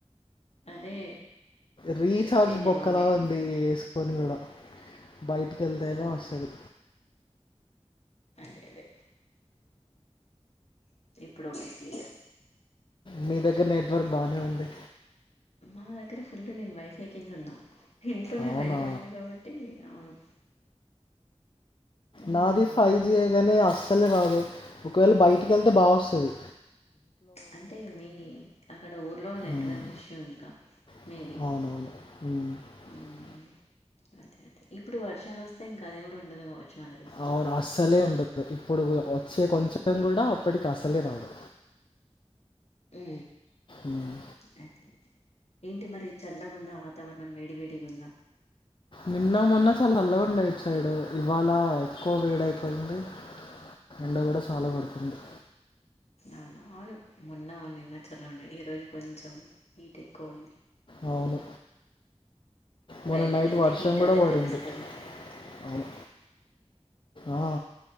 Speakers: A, on the left (about 70°); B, on the left (about 45°).
A: అదే
B: రీచార్జ్
A: చెప్పింది
B: బొక్కలా
A: మమ్మీ
B: ఉంది వేసుకోని కూడా బయటికి వెళ్తేనే
A: ఉమ్,
B: వస్తది
A: అదే అదే ఇప్పుడు ఒకే క్లియర్
B: మీ దగ్గర నెట్వర్క్ బానే ఉంది
A: మా దగ్గర ఫుల్లు నేను వైఫై కిందున్నా ఇంట్లోనే
B: అవునా
A: వైఫై ఉంది కాబట్టి అవును మ్మ్
B: నాదీ ఫైజీ యే గనీ అస్ సలే రాదు ఒకవేళ బయటికెళ్తె బా ఒస్తది
A: అంటే మీ అక్కడ ఊర్లో నెట్వర్క్
B: ఉమ్,
A: ఇష్యూ ఇంకా
B: అవునవును
A: మేబీ మ్మ్ అదే అదే ఇప్పుడు వర్షాలొస్తె ఇంకది గూడుండదు గావచ్చు నా దెల్సి
B: అవును అస్సలే ఉండదు ఇప్పుడు గుడ వచ్చే కొంచెంగుడా అప్పటికస్సలే రాదు
A: ఊ
B: ఉమ్,
A: <inaudible> ఏంటి మరి చల్లగుందా వాతావరణం వేడివేడిగుందా
B: నిన్నా మొన్న చాలచల్లగుండే ఇట్ సైడు ఇవాళా ఎక్కువ వేడైపోయింది ఎండ గూడా చాలా గొడుతుంది
A: అవున అవును మొన్న నిన్న చాల్లగున్నది ఈ రోజు కొంచం హీట్ ఎక్కువుంది
B: అవును మొన్న
A: బయటికెళ్తే
B: నైట్ వర్షం
A: హీటనేది
B: కూడా పడింది
A: దెలుస్తది
B: అవును ఆ